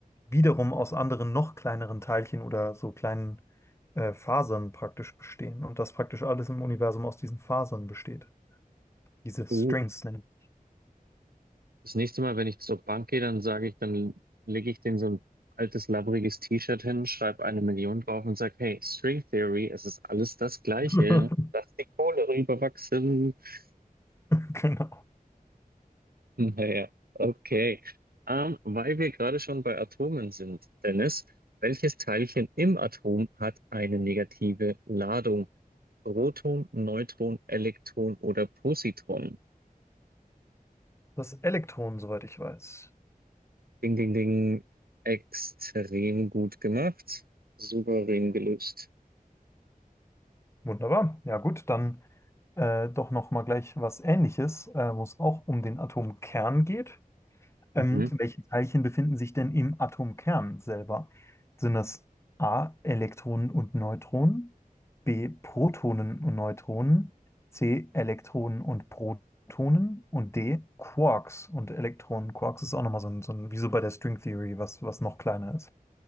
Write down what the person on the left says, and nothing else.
wiederum aus anderen noch kleineren Teilchen oder so kleinen äh, Fasern praktisch bestehen und dass praktisch alles im Universum aus diesen Fasern besteht. Diese Strings
nennen.
<laughs>
Genau.
Das Elektron, soweit ich weiß.
Wunderbar. Ja gut, dann äh, doch noch mal gleich was Ähnliches, äh, wo es auch um den Atomkern geht. Ähm,
welche Teilchen befinden sich denn im Atomkern selber? Sind das A, Elektronen und Neutronen, B, Protonen und Neutronen, C, Elektronen und Protonen und D, Quarks und Elektronen. Quarks ist auch nochmal so ein, so ein, wie so bei der String Theory, was, was noch kleiner ist.